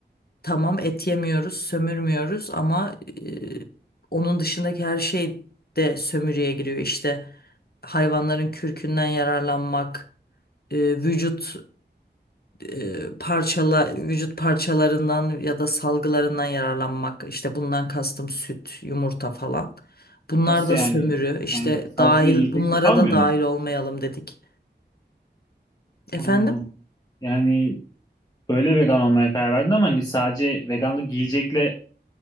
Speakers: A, on the left; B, on the left.
A: Tamam et yemiyoruz, sömürmüyoruz ama e, onun dışındaki her şey de sömürüye giriyor. İşte hayvanların kürkünden yararlanmak, e, vücut e, parçala vücut parçalarından ya da salgılarından yararlanmak. İşte bundan kastım süt, yumurta falan. Bunlar
B: Nasıl
A: da
B: yani?
A: sömürü. İşte
B: Yani sadece
A: dahil
B: yiyecek
A: bunlara
B: kalmıyor
A: da dahil
B: mu?
A: olmayalım dedik. Efendim?
B: Ana. Yani böyle vegan olmaya karar verdin ama hani sadece veganlık yiyecekle